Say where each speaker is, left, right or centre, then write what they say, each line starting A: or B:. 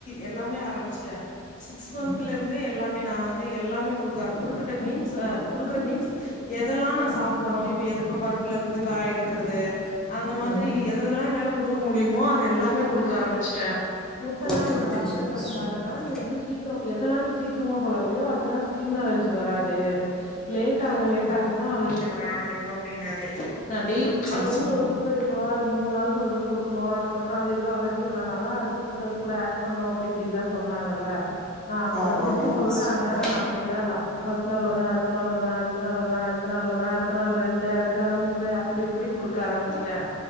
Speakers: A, on the left (about 40°); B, in the centre.
A: எல்லாமே ஆரம்பிச்சுட்டேன். சிக்ஸ் மந்த்ல
B: ம்
A: இருந்தே எல் எல்லாமே நா வந்து எல்லாமே குடுக்க ஆர குடுக்கட்டா மீன்ஸ் குடுக்கறேன் மீன்ஸ் எதெல்லாம் நான் சாப்டரேனோ இப்ப எப்ப பருப்புல இருந்து காய் எடுக்கிறது அந்த மாதிரி
B: ம்
A: எத எதெல்லா என்னால குடுக்க முடியுமோ அத எல்லாமே குடுக்க ஆரம்பிச்சிட்டேன் இப்ப எல்லா
B: ஓகே
A: என்னோட
B: ஓகே
A: டாக்டர்
B: சூப்பர்
A: என்ன
B: சிஸ்டர்
A: சொன்னாருன்னா
B: ம்
A: நீ வந்து சீக்கிரம் எதெல்லா நீ சீக்கிரமா பழகிறியோ அதெல்லாம் ஸ்கின் அலர்ஜி வராது லேட் ஆக லேட் ஆக அப்ப தான் வளர்ச்சி வர ஆரம்பிக்கும் அப்டின்னாரு நா டெய்
B: சரி
A: அது வந்து
B: சரி
A: ஒரு ஃபுட் எடுக்கணும் அது மூணு நாள் சோ அத குடுக்கணும் அதுக்கப்பறோம் அது எதோ அலர்ஜி வர்லனாதான் அடுத்த ஃபுட்ட அது கூட ஆட் பண்ணணும் அப்டி இப்டில்லா சொன்னாங்கல நா அப்
B: ஆமாம்
A: அப்டி இப்டி
B: ஆமாம் ஆமாம்
A: சொல்றாங்க
B: சிஸ்டர்
A: நா அப்டிலாம் இல்ல ஃபர்ஸ்ட் நாள் ஒண்ணு அடுத்த நாள் ஒண்ணு அடுத்த நாள் ஒண்ணு அடுத்த நாள் ஒண்ணு அடுத்த நாள் ரெண்டு அடுத்த நாள் மூணு அப்டி இப்டிக் குடுக்க ஆரம்பிச்சுட்டேன்